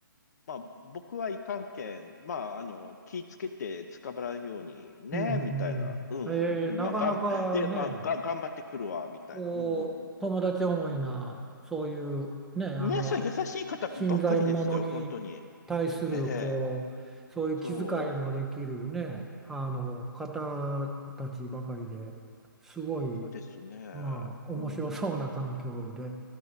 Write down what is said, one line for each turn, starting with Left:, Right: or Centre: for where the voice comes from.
Left: まあ、僕はいかんけん、まあ、あの、気ぃつけて捕まらんようにね、
Centre: うん、うん、
Left: みたいな。うん、
Centre: うん。えー、
Left: うん、
Centre: なかなかね、
Left: まあ、がん、で、まあ、が、頑張ってくるわ、みたいな。
Centre: こう友達思いなそういうねあのし新参者に対するこうそういう気遣いもできるねあの方たちばかりですごい
Left: うん、うん。皆さん優しい方ばっかりでしたよ、本当に。ええ、そう、そうですね。
Centre: まあ面白そうな環境で
Left: うん。